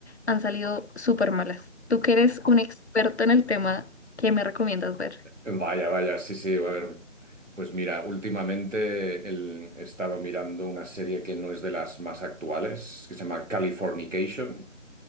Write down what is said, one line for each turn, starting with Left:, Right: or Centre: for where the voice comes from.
Left: han salido súper malas. Tú que eres un experto en el tema, ¿qué me recomiendas ver?
Right: Vaya, vaya, sí, sí, a ver. Pues mira, últimamente el- he estado mirando una serie que no es de las más actuales, que se llama Californication.